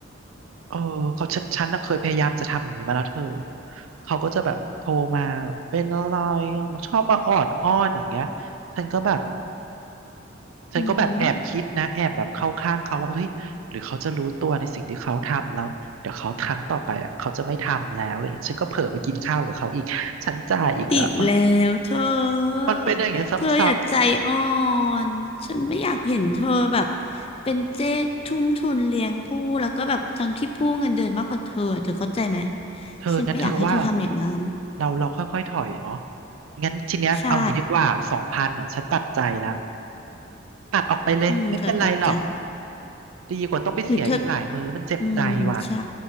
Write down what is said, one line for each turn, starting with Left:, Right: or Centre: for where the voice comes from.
Right: เออเขาฉันฉันน่ะเคยพยายามจะทำอย่างนี้มาแล้วเธอเขาก็จะแบบโทรมาแบบเป็นอะไรอ่ะชอบมาออดอ้อนอย่างเงี้ยฉันก็แบบ
Left: ำอือหือ
Right: ฉันก็แบบแอบคิดนะแอบแบบเข้าข้างเขาว่าเฮ้ยหรือเขาจะรู้ตัวในสิ่งที่เขาทำแล้วเดี๋ยวเขาครั้งต่อไปอ่ะเขาจะไม่ทำแล้วอะไรเงี้ยฉันก็เผลอไปกินข้าวกับเขาอีกฉันจ่ายอีกแล้วโอ๊ย
Left: อีกแล้วเธอ
Right: มันเป็นอย่างเงี้ยซ้
Left: เธออย่าใจอ่อน ฉันไม่อยากเห็นเธอแบบเป็นเจ๊ทุ่มทุนเลี้ยงผู้แล้วก็แบบทั้งที่ผู้เงินเดือนมากกว่าเธอเธอเข้าใจไหม
Right: ำๆเธองั้นเธอว่า
Left: ฉันไม่อยากให้เธอทำอย่างนั้น
Right: เราเราค่อยๆถอยเนาะงั้นทีเนี้ยเอาอย่างนี้ดีกว่าสองพันอ่ะฉันตัดใจแล้ว
Left: ใช่
Right: ตัดออกไปเลยไม่เป็นไรหรอก
Left: อืมเธอตัดใจ
Right: ดีกว่าต้องไปเสียอีกหลายมื้อมันเจ็บใจว่ะ
Left: หรือเธออืมใช่